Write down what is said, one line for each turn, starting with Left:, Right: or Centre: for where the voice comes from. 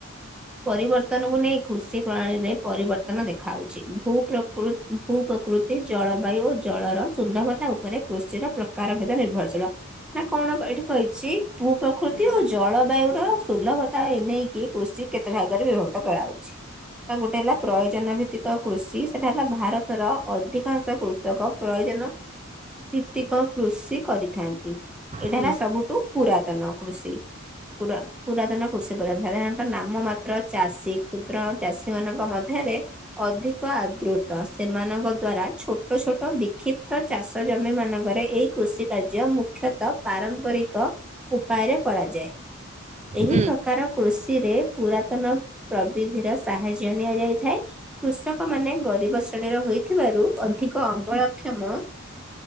Centre: ପରିବର୍ତ୍ତନକୁ ନେଇ କୃଷି ପ୍ରଣାଳୀରେ ପରିବର୍ତ୍ତନ ଦେଖାଯାଉଛି ଭୁ ପ୍ରକୃ ଭୂ ପ୍ରକୃତି ଜଳବାୟୁ ଓ ଜଳର ସୁନ୍ଦରତା ଉପ ପରେ କୃଷିର ପ୍ରକାର ଭେଦ ନିର୍ଭରଶୀଳ ନା କଣ ଏଇଠି କହିଛି ଭୂ ପ୍ରକୃତି
Right: ହୁଁ ହୁଁ
Centre: ଓ ଜଳବାୟୁ ର ସୁଲଭ ତ ଏ ନେଇେଇକି କୃଷି କେତେ ଭାଗରେ ବ୍ୟବହୃତ କରାହାଉଛି ତା ଗୋଟେ ହେଲା ପ୍ରୟୋଜନ ଭିତ୍ତିକ କୃଷି ସେଟା ହେଲା ଭାରତର ଅଧିକାଂଶ କୃଷକ ପ୍ରୟୋଜନ ଭିତ୍ତିକ କୃଷି କରିଥାନ୍ତି ଏଇଟା
Right: ହୁଁ
Centre: ହେଲା ସବୁଠୁ ପୁରାତନ କୃଷି। ପୁର ପୁରାତନ କୃଷି ପ୍ରଧାନ ସାଧାରଣତଃ ନାମ ମାତ୍ର ଚାଷୀ କ୍ଷୁଦ୍ର ଚାଷୀମାନଙ୍କ ମ ଧ୍ୟରେ ଅଧିକ ଆଦୃତ ସେମାନଙ୍କ ଦ୍ଵାରା ଛୋଟ ଛୋଟ ବିକ୍ଷିପ୍ତ ଚାଷ ଜମି ମାନଙ୍କରେ ଏଇ କୃଷି କାର୍ଯ୍ୟ ମୁଖ୍ୟତଃ ପାରମ୍ପରିକ ଉପାୟରେ କରାଯାଏ। ଏହି
Right: ହୁଁ
Centre: ପ୍ରକାର କୃଷିରେ ପୁରାତନ ପ୍ରବିଧିର ସାହାଯ୍ୟ ନିଆଯାଏ ଥାଏ କୃଷକମାନେ ଗରିବ ଶ୍ରେଣୀର ହୋଇଥିବାରୁ ଅଧିକ ଅମଳକ୍ଷମ